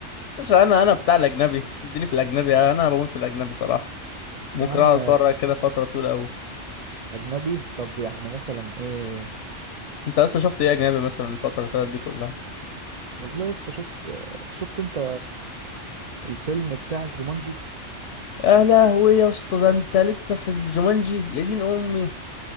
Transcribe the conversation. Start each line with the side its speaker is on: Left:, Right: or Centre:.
Left: مش أنا أنا بتاع الأجنبي اديني في الأجنبي أنا بموت في الأجنبي صراحة ممكن
Right: يا عم
Left: أقعد أتفرج كده فترة طويلة أوي
Right: اجنبي طب يعني مثلا ايه
Left: أنت أصلا شفت إيه أجنبي مثلا الفترة اللي فاتت دي كلها
Right: والله لسه شفت شفت انت الفيلم بتاع جومانجي
Left: يا لهوي يا اسطى ده أنت لسه في الجومانجي يا دين أمي